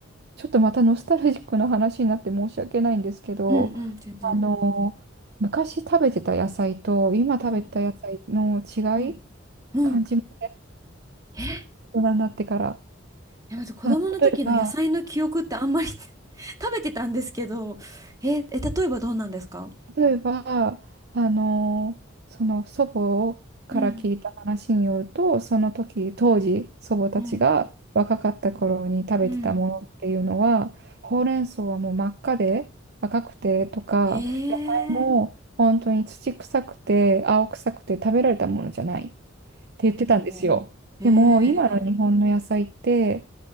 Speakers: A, on the right; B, on the right.
A: ちょっとまたノスタルジックな話になって申し訳ないんですけど、
B: うん、うん、全然。
A: あの、昔食べてた野菜と今食べてた野菜の違い、
B: うん、うん、うん。
A: 感じます
B: え、
A: 大人になってから。
B: でも子供の時の野菜の記憶ってあんまり
A: あ、例えば、
B: <laughs> 食べてたんですけど、え、え、例えばどうなんですか
A: 例えば、あのその祖母から聞いた話によると、
B: うん、
A: その時、当時、祖母たちが若かった頃に食べてたものっていうのは、
B: うん、うん。
A: ほうれん草はもう真っ赤で赤くてとか、
B: ええ
A: 野菜も本当に土臭くて青臭くて食べられたものじゃないって言ってたんですよ。
B: はあ。
A: でも、今の日本の野菜って、
B: ええ